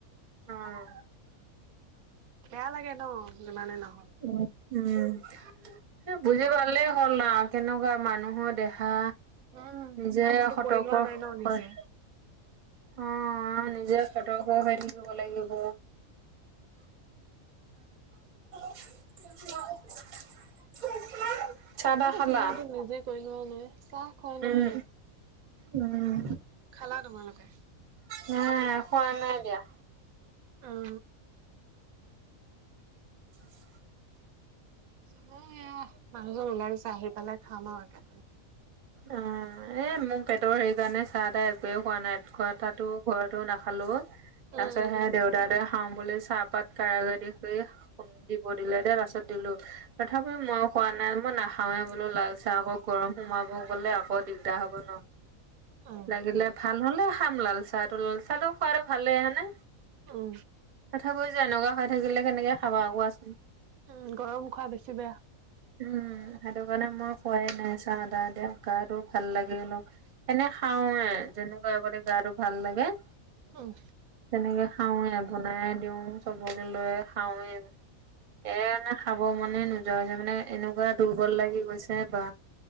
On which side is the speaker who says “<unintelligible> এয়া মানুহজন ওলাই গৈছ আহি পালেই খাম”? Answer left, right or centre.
Right